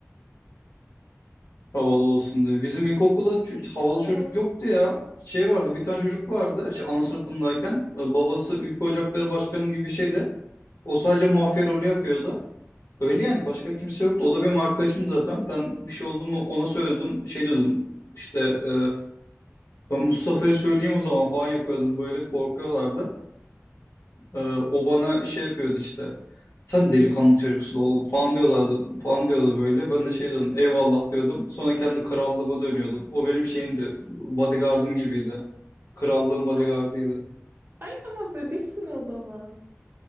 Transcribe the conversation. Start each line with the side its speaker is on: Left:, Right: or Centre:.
Left: Havalı olsun diye. Bizim ilkokulda ç- havalı
Right: Çok havalı.
Left: çocuk yoktu ya şey vardı bir tane çocuk vardı işte ana sınıfındayken e, babası Ülke Ocakları Başkanı gibi bir şeydi. O sadece mafya rolü yapıyordu. Öyle yani başka kimse yoktu. O da benim arkadaşım zaten. Ben bir şey oldu mu ona söyledim. Şey diyordum işte e, ben Mustafa'ya söyleyeyim o zaman falan yapıyordum. Böyle korkuyorlardı. E, o bana şey yapıyordu işte. Sen delikanlı çocuksun oğlum falan diyorlardı. Falan diyordu böyle. Ben de şey diyordum eyvallah diyordum. Sonra kendi krallığıma dönüyordum. O benim şeyimdi. Bodyguardım gibiydi. Krallığın bodyguardıydı.
Right: Ama- Ay ama bebişsin o zaman.